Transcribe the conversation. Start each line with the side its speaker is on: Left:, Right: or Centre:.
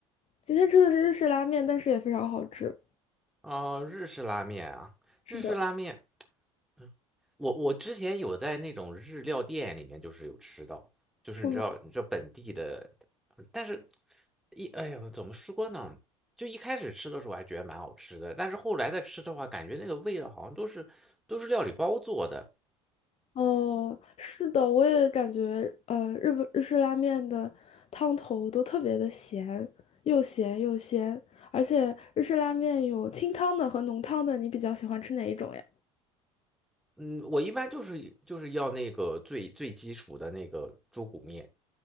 Left: 今天吃的是日式拉面，但是也非常好吃。
Centre: 哦，日式拉面啊，
Left: 是的，
Centre: 日式拉面，嗯我我之前有在那种日料店里面，就是有吃到，就是你知道，
Left: 是吗？
Centre: 你知道本地的，但是一哎呀，怎么说呢？就一开始吃的时候还觉得蛮好吃的，但是后来再吃的话，感觉那个味道好像都是都是料理包做的。
Left: 哦，是的，我也感觉，呃，日本日式拉面的汤头都特别的咸，又咸又鲜，而且日式拉面有清汤的和浓汤的，你比较喜欢吃哪一种呀？
Centre: 嗯，我一般就是就是要那个最最基础的那个猪骨面，